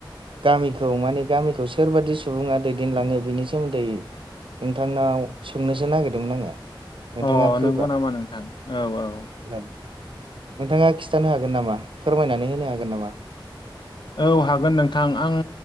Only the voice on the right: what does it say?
गामिखौ माने गामिखौ सोरबादि सुबुङा दैदेनलाङो बेनि सोमोन्दै नोंथांनाव सोंनोसो नागिरदोंमोन आङो। नोंथाङा
फ्रिबा
<inaudible> नोंथाङा खिथानो हागोन नामा फोरमायनानै होनो हागोन नामा?